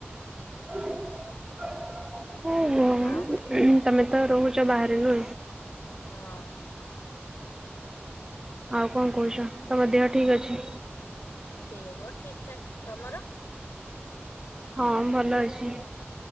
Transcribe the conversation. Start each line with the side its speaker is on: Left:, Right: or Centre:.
Right: <unintelligible>
Left: ଆଉ
Right: ତମେ ତ ରହୁଛ ବାହାରେ ନା?
Left: ହଁ।
Right: ଆଉ କଣ
Left: ହଁ
Right: କହୁଛ ତମ ଦେହ ଠିକ ଅଛି?
Left: ଦେହ ଠିକ ଠାକ୍ ତମର?
Right: ହଁ ଭଲ ଅଛି।